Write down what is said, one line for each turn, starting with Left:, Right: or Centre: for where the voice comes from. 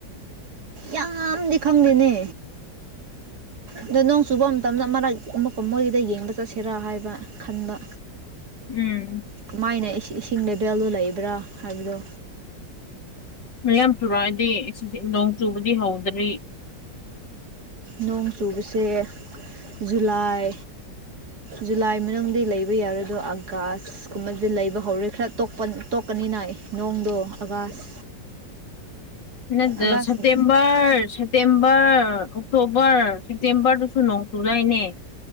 Right: ꯌꯥꯝꯗꯤ ꯈꯪꯗꯦꯅꯦ ꯑꯗꯣ ꯅꯣꯡ ꯆꯨꯕ ꯃꯇꯝꯗ ꯃꯔꯛ ꯑꯃꯨꯛꯀ ꯃꯣꯏꯒꯤꯗ ꯌꯦꯡꯕ ꯆꯠꯁꯤꯔꯥ ꯍꯥꯏꯕ ꯈꯟꯕ
Left: ꯎꯝ
Right: ꯀꯃꯥꯏꯅ ꯏꯁꯤꯡ ꯂꯦꯕꯦꯜꯗꯨ ꯂꯩꯕ꯭ꯔꯥ ꯍꯥꯏꯕꯗꯣ
Left: ꯃꯌꯥꯝ ꯆꯨꯔꯛꯑꯗꯤ ꯁꯤꯁꯦ ꯅꯣꯡ ꯆꯨꯕꯗꯤ ꯍꯧꯗ꯭ꯔꯤ
Right: ꯅꯣꯡ ꯆꯨꯕꯁꯦ ꯖꯨꯂꯥꯏ ꯖꯨꯂꯥꯏ ꯃꯅꯨꯡꯗꯤ ꯂꯩꯕ ꯌꯥꯔꯣꯏꯗꯣ ꯑꯥꯒꯁ ꯁ ꯀꯨꯝꯕꯁꯦ ꯂꯩꯕ ꯍꯧꯔꯦ ꯈꯔ ꯇꯣꯛꯀꯅꯤꯅ ꯑꯩ ꯅꯣꯡꯗꯣ ꯑꯕꯥꯁ
Left: ꯅꯗ
Right: ꯑꯥꯒꯁ
Left: ꯁꯦꯞꯇꯦꯝꯕꯔ ꯁ ꯁꯦꯞꯇꯦꯝꯕꯔ ꯑꯣꯛꯇꯣꯕꯔ ꯁꯦꯞꯇꯦꯝꯕꯔꯗꯨꯁꯨ ꯅꯣꯡꯆꯨꯔꯏꯅꯦ